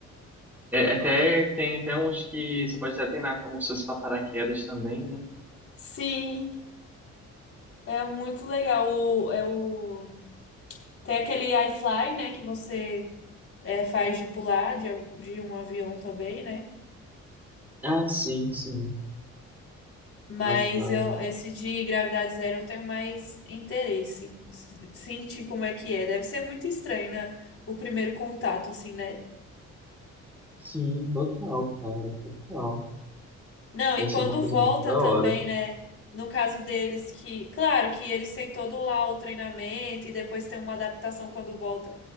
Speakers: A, in the centre; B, on the left (about 45°).
A: É, é até tem até uns que você pode até treinar como se fosse pra paraquedas também, né?
B: Sim, é muito legal. O, é o... Tem aquele iFly, né? Que você é, faz de pular de, a- de um avião também, né?
A: Ah, sim, sim.
B: Mas
A: Wi-Fi,
B: eu,
A: né?
B: esse de gravidade zero eu tenho mais interesse. S- Sentir como é que é. Deve ser muito estranho, né? O primeiro contato, assim, né?
A: Sim, total, cara, total.
B: Não,
A: Deve
B: e quando
A: ser uma coisa
B: volta
A: muito da
B: também,
A: hora.
B: né? No caso deles, que, claro que eles têm todo lá o treinamento e depois tem uma adaptação quando volta,